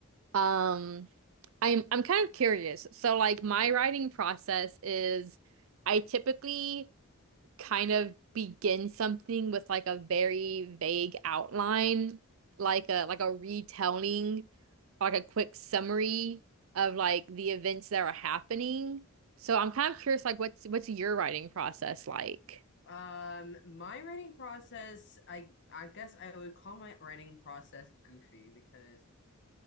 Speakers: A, on the right; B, on the left.
A: Um, I'm I'm kind of curious. So like my writing process is I typically kind of begin something with like a very vague outline, like a like a retelling, like a quick summary of like the events that are happening. So I'm kind of curious like what's what's your writing process like?
B: Um, my writing process, I I guess I would call my writing process goofy because